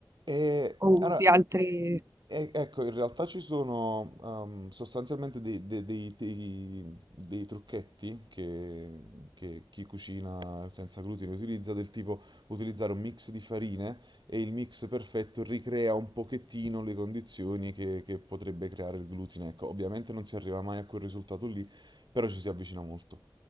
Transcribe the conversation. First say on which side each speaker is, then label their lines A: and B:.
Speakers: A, on the right; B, on the right.
A: E
B: o
A: allora,
B: usi altri...
A: e- ecco, in realtà ci sono ehm, sostanzialmente dei, dei- dei- dei- dei trucchetti che, che chi cucina senza glutine utilizza, del tipo utilizzare un mix di farine e il mix perfetto ricrea un pochettino le condizioni che, che potrebbe creare il glutine. Ecco, ovviamente non si arriva mai a quel risultato lì, però ci si avvicina molto.